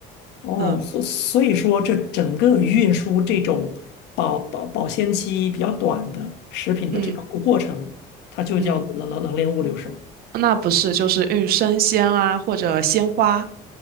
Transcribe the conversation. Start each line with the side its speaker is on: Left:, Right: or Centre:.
Left: 哦，
Right: 嗯
Left: 所所以说，这整个运输这种保保保鲜期比较短的食品的这个过过程，
Right: 嗯
Left: 它就叫冷冷冷链物流，
Right: 嗯。
Left: 是吗？
Right: 那不是，就是运生鲜啊，或者鲜花，